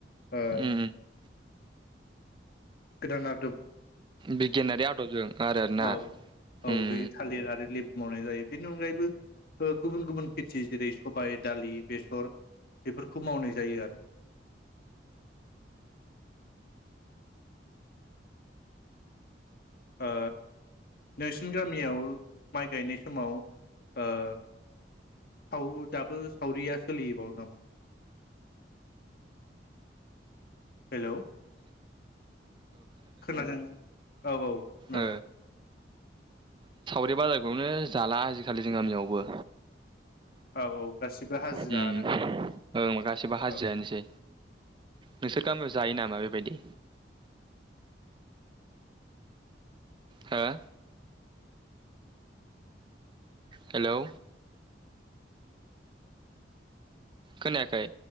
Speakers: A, on the left; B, on the right.
A: ओ।
B: उम
A: गोदान‌ आदोब।
B: बिगियानारि आ बुजों आरो ना
A: औ
B: होम।
A: औ बे थालिर आरो लेबु मावनाय जायो बेनि अनगायैबो ओ गुबुन गुबुन खेथि जेरै सबाय दालि बेसर बेफोरखौ मावनाय जायो आरो। ओ नोंसिनि गामियाव माइ गायनाय समाव ओ साव दाबो सावरिया सोलिबावो नामा? हेलौ खोनादों औ औ खोनाबाय।
B: ओ बे बाजारखौनो जाला आजिखालि जों गामियावबो।
A: औ औ। गासिबो हाजिरा
B: उम
A: आरोना
B: ओं गासिबो हाजिरायानोसै।
A: औ
B: नोंसोर गामियाव जायो नामा बेबायदि। हो। हेलौ खोनायाखै।